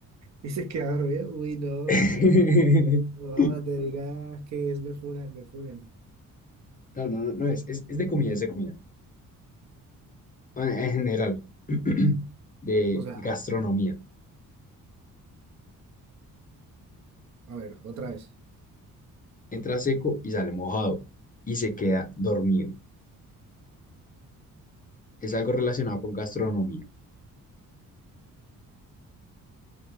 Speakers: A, on the right (about 50°); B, on the left (about 25°).
A: Y se queda dormido. Uy, no.
B: <laughs>
A: No, te digas que es me funan, me funan.
B: No, no, no, no es, es, es de comida, es de comida. Bueno, En general, <clears throat> de
A: O sea,
B: gastronomía.
A: a ver, otra vez.
B: Entra seco y sale mojado y se queda dormido. Es algo relacionado con gastronomía.